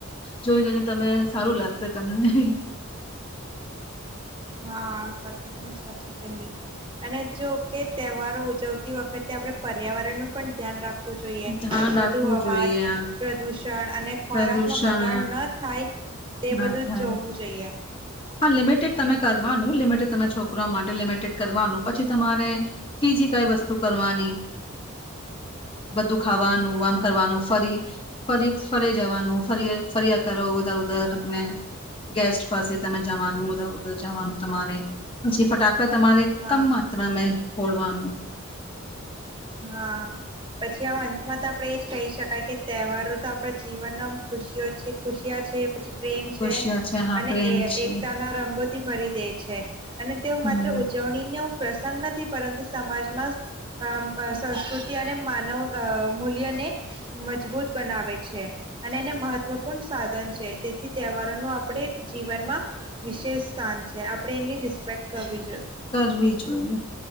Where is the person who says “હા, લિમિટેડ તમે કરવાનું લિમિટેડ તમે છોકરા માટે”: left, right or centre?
Left